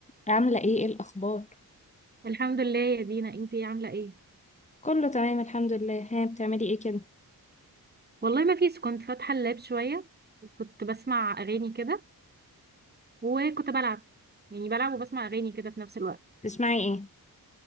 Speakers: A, on the left (about 20°); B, on the right (about 25°).
A: عاملة ايه ايه الأخبار؟
B: الحمد لله يا دينا انتي ايه عامله ايه
A: كله تمام الحمد لله ها بتعملي ايه كده؟
B: والله ما فيش كنت فاتحه اللاب شويه كنت بسمع اغاني كده وكنت بلعب يعني بلعب وبسمع اغاني كده في نفس الوقت
A: بتسمعي ايه؟